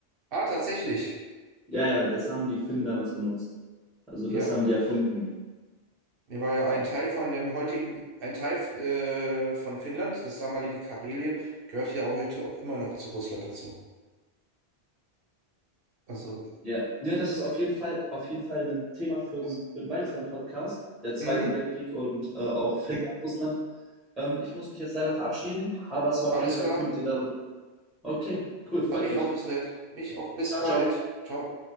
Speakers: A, on the right; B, in the centre.
A: ah, tatsächlich.
B: Ja, ja, das haben die Finnen damals benutzt. Also
A: Ja,
B: das haben die erfunden.
A: Nee, weil ein
B: Ja,
A: Teil von dem heutigen, ein Teil äh, von Finnland, das damalige Karelien, gehört ja auch heute auch immer noch zu Russland dazu. Also,
B: ja. ja das ist auf jeden Fall, auf jeden Fall ein Thema für, einen- für einen weiteren Podcast. Der Zweite
A: mhm,
B: Weltkrieg und äh, auch <laughs> Finnland, Russland. Ähm, ich muss mich jetzt leider verabschieden, aber es war
A: alles
B: auf jeden Fall
A: klar.
B: cool mit dir darüber. Okay, cool, freut
A: Hat mich
B: mich.
A: auch interessiert. Mich auch. Bis
B: Ciao,
A: bald.
B: ciao.
A: Ciao.